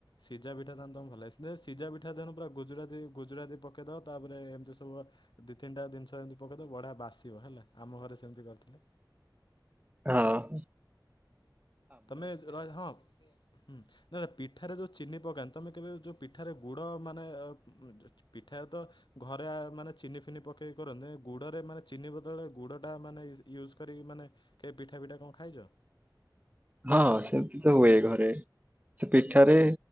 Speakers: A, on the left; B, on the right.
A: ସିଜା ପିଠା ତାହାନେ ତମକୁ ଭଲ୍ ଲାଗେ ଦେ ସିଜା ପିଠା ତେଣୁ ପୁରା ଗୁଜୁରାତି ଗୁଜୁରାତି ପକେଇଦଅ ତାପରେ ଏମ୍ତି ସବୁ ଅ ଦି ତିନ୍ ଟା ଦିନିଷ ଏମ୍ତି ପକେଇଦଉ ବଢିଆ ବାସିବ ହେଲା ଆମ ଘରେ ସେମ୍ତି କରିଥିଲେ।
B: ଅ ହ।
A: ତମେ ରଏ ହଁ ଆଜ୍ଞା। ହୁଁ ନା ପିଠାରେ ଯୋଉ ଚିନି ପକାନ୍ତ୍ ତମେ କେବେ ଯୋଉ ପିଠାରେ ଗୁଡ ମାନେ ଅ ମୁଁ <unintelligible> ପିଠାରେ ତ ଘରେ ଆ ମାନେ ଚିନି ଫିନି ପକେଇ କରନ୍ତି ଏ ଗୁଡ଼ରେ ମାନେ ଚିନି ବଦଳରେ ଗୁଡ଼ଟା ମାନେ <unintelligible> ୟୁଜ୍ କରିକି ମାନେ କେ ପିଠା ଫିଠା କଁ ଖାଇଚ?
B: ହଁ ସେମ୍ତି ତ ହୁଏ ଘରେ। ସେ ପିଠାରେ